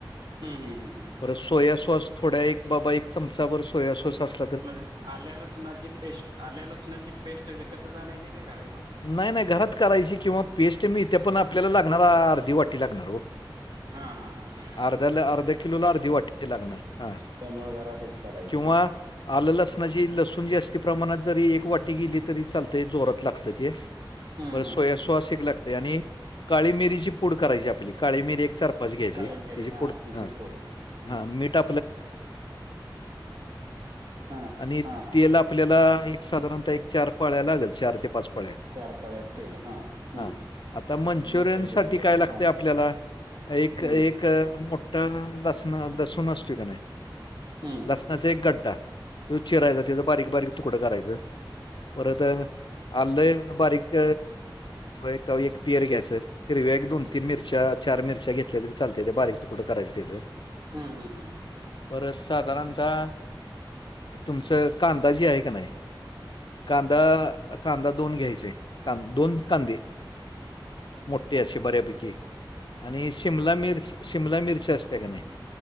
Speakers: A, on the right; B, on the left.
A: हम्म हम्म.
B: बर सोयासॉस थोड्या एक बाबा एक चमचावरर सोयासॉस अस.
A: म्हणजे आल्या लसणाची पेस्ट आल्या लसणाची पेस्ट विकत जाायची की घरी बनवायची.
B: नाही नाही घरात. करायची किंवा पेस्ट मिीळथे पण आपल्याला लागणार अर्धी वाटी लागणार हो.
A: हां हां हां हां
B: अर्ध्याला अर्ध्या किलो ला अर्धी वाटाची लागणार हा.
A: त्यामुळं घरातच. करायची
B: किंवा.
A: हां
B: आलं लसणाची लसूण जास्त प्रमाणात जरी एक वाटी गेली तरी चालते जोरात लागते. ते
A: हम्म,
B: पर
A: हम्म,
B: स
A: हम्म, हम्म.
B: सो एक लागते आणि. काळी मिरीची पूड करायची आपली काळी मिरी एक चारप. <unintelligible>
A: काळे मिरे हां त्याची पूड हम्म,
B: हा.
A: हम्म. हां हां
B: <unintelligible>
A: हां हां हां
B: आपल्याला एक साधारणतः एक चार पाळ्या लागेल चार ते पाच पळ्या. हा
A: चार पळ्यात तेल हां हम्म.
B: आता मंचुरियन
A: घेतलं लिहून
B: साठी
A: घेतलं
B: काय लागते
A: हां
B: आपल्याला. एक
A: हम्म
B: एक मोठासन बसून असते काने.
A: हम्म.
B: असनाचा एक गड्डा त चिरायचा त्याचां बारीक बारीक तुकडं करायचं परत. आल् बारीक एक का एक पियर घ्यायं हिरव्या एक दोन तीन मिरच्या चार मिरच्या घेतल्या तरी. चालते ते बारीक त कुठं करायं तेचं.
A: हम्म हम्म हम्म.
B: परत साधारणतः तुमचं का अंदाजी आहे का नाही. कांदा कांदा दोन घ्यायचे दोन कांदे मोठ. तेी असशी बऱ्यापैकी आणि शिमला मिर्च शिमला मिरची अस त्या का नाही.